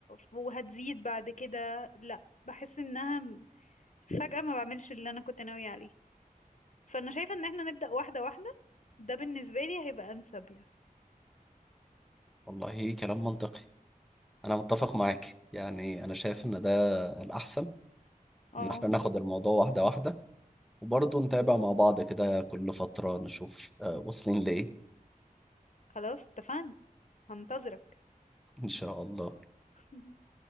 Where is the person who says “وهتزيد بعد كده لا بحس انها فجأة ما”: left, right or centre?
Left